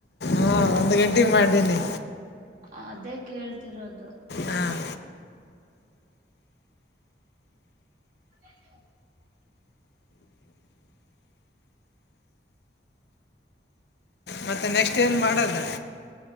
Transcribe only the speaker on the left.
ಹಾಂ ಒಂದು ಗಂಟೆಗೆ ಮಾಡೀನಿ
ಹಾಂ
ಮತ್ತೆ ನೆಕ್ಸ್ಟ್
ಏನ್ ಮಾಡದ